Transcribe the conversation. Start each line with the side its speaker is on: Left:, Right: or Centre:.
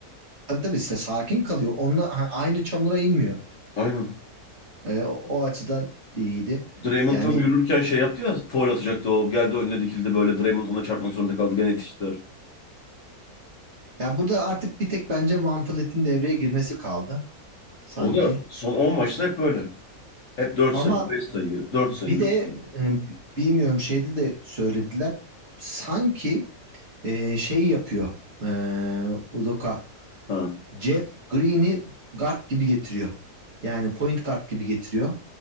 Right: Tabii tabii işte sakin kalıyor. Onunla ha, aynı çamura inmiyor.
Left: Aynen.
Right: E, o, o açıdan iyiydi.
Left: Draymond
Right: Yani
Left: tam yürürken şey yaptı ya foul atacaktı o. Geldi önüne dikildi böyle. Draymond ona çarpmak zorunda kaldı. Gene yetiştiler.
Right: Ya burada artık bir tek bence Van Vliet'in devreye girmesi kaldı sanki.
Left: O da son 10 maçta hep böyle. Hep 4
Right: Ama
Left: sayı, 5 sayı, 4
Right: bir
Left: sayı, üç.
Right: de
Left: sayı.
Right: e, bilmiyorum şeyde de söylediler. Sanki e, şey yapıyor e, Udoka.
Left: Ha.
Right: Jalen Green'i guard gibi getiriyor. Yani point guard gibi getiriyor.